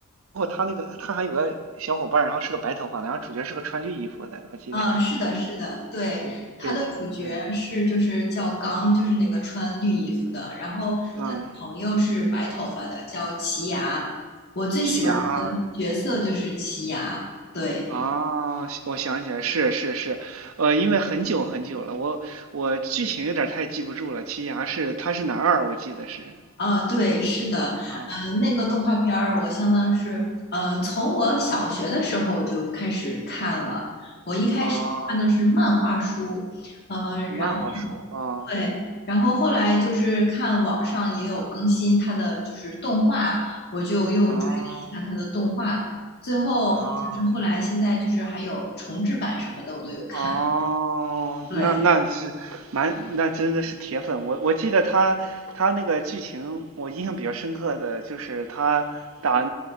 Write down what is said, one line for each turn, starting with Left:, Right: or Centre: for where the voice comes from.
Right: 不过他那个他还有个小伙伴然后是个白头发的，然后主角是个穿绿衣服的，我记得。
Left: 啊，是的，是的，对，
Right: <laughs>
Left: 他的主角是就是叫刚，
Right: 对对，
Left: 就是那个穿绿衣服的，然后他的朋友是白头发的，
Right: 嗯，
Left: 叫奇牙。我最喜欢的角色就是奇牙，
Right: 西牙啊。
Left: 对，
Right: 哦，我想起来，是是是，呃，因为很久很久了，我我剧情有点太记不住了。奇牙是他是男二，我记得是。
Left: 啊，对，是的，
Right: 啊，
Left: 呃，那个动画片儿我相当是，呃，从我小学的时候我就开始看了，我一开始看的是漫画书，
Right: 哦，
Left: 呃然
Right: 漫画书，啊，
Left: 对，然后后来就是看网上也有更新它的就是动画，我就又追了一下它的动画，
Right: 啊
Left: 最后好像是后来现在就是还有重制版什么的，
Right: 啊。哦
Left: 我都有看。
Right: 哦，
Left: 对，
Right: 那那是蛮，那真的是铁粉。我我记得他他那个剧情，我印象比较深刻的就是他打